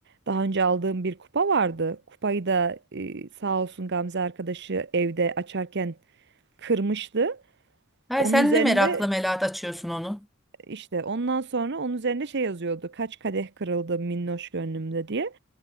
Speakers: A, on the right; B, in the centre.
A: Daha önce aldığım bir kupa vardı. Kupayı da e, sağ olsun Gamze arkadaşı evde açarken kırmıştı.
B: Hayır
A: Onun
B: sen
A: üzerinde
B: de merakla melat açıyorsun onu.
A: işte ondan sonra onun üzerinde şey yazıyordu. Kaç kadeh kırıldı minnoş gönlümde diye.